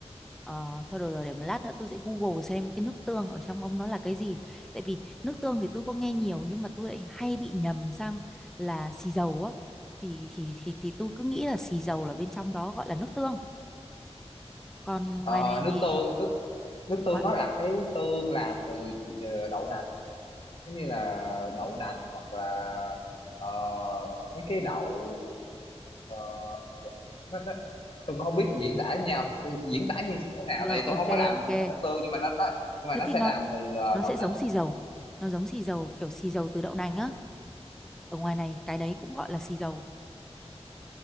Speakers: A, in the centre; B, on the left.
A: Ờ, thôi được rồi để một lát nữa tôi sẽ Google xem cái nước tương ở trong ông nó là cái gì tại vì nước tương thì tôi có nghe nhiều nhưng mà tôi lại hay bị nhầm sang là xì dầu á thì thì thì, thì tôi cứ nghĩ là xì dầu là bên trong đó gọi là nước tương còn
B: Ờ,
A: ngoài này nè
B: nước tương nước nước
A: ngoài...
B: tương nó là cái tương làm từ ờ, đậu nành giống như là đậu nành hoặc là ờ, mấy cái đậu ờ, ờ, nó, nó, tôi cũng không biết diễn tả nhau diễn tả như thế nào
A: rồi
B: tại vì
A: ok
B: tôi không có làm
A: ok
B: chúng mày nước tương nhưng mà nó, nó nhưng mà
A: thế
B: nó
A: thì
B: sẽ
A: nó
B: làm từ ờ,
A: nó
B: đậu
A: sẽ
B: nành
A: giống xì dầu nó giống xì dầu kiểu xì dầu từ đậu nành á ở ngoài này cái đấy cũng gọi là xì dầu